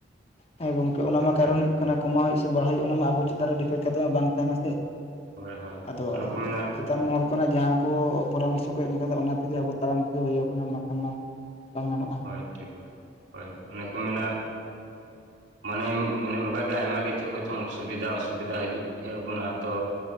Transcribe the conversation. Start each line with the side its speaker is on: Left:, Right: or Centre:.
Left: ᱦᱮᱸ ᱜᱚᱝᱠᱮ ᱚᱱᱟ
Right: ᱚᱱᱮ
Left: ᱢᱟ
Right: ᱚᱱᱠᱟ
Left: ᱠᱟᱨᱚᱱ ᱦᱩᱭᱩᱜ ᱠᱟᱱᱟ ᱠᱚᱢᱟᱣ ᱦᱩᱭᱩᱜ ᱥᱮ ᱵᱟᱲᱦᱟᱣ ᱦᱩᱭᱩᱜᱼᱟ ᱚᱱᱟ ᱢᱟ ᱟᱵᱚ ᱪᱮᱛᱟᱱ ᱨᱮ ᱰᱤᱯᱮᱱᱰ ᱠᱟᱛᱮ ᱢᱟ ᱵᱟᱝ ᱛᱟᱦᱮᱸᱱᱟ ᱥᱮ᱾
Right: ᱦᱳᱭ ᱦᱳᱭ
Left: ᱟᱫᱚ
Right: ᱚᱱᱮ ᱠᱚ ᱢᱮᱱᱟ
Left: ᱪᱮᱛᱟᱱ ᱢᱚᱦᱚᱞ ᱠᱷᱚᱱᱟᱜ ᱡᱟᱦᱟᱸ ᱠᱚ ᱯᱚᱨᱟᱢᱚᱨᱥᱚ ᱠᱚ ᱮᱢ ᱠᱟᱫᱟ ᱚᱱᱟ ᱛᱮᱜᱮ ᱟᱵᱚ ᱛᱟᱲᱟᱢ ᱛᱮᱜᱮ ᱦᱩᱭᱟᱵᱩᱱᱟ, ᱵᱟᱠᱷᱟᱱ ᱢᱟ ᱵᱟᱝ ᱜᱟᱱᱚᱜᱼᱟ᱾
Right: ᱦᱚᱭ ᱴᱷᱤᱠ, ᱦᱚᱭ ᱚᱱᱮ ᱠᱚ ᱢᱮᱱᱟ, ᱢᱟᱱᱮᱢ ᱢᱟᱱᱮ ᱚᱱᱠᱟᱜᱮ ᱟᱭᱢᱟ ᱜᱮ ᱪᱮᱫ ᱠᱚᱪᱚᱝ ᱥᱩᱵᱤᱫᱷᱟ ᱚᱥᱩᱵᱤᱫᱷᱟ ᱦᱟᱹᱡᱩᱜ ᱦᱮᱜ ᱟᱹᱵᱚᱱᱟ, ᱛᱚ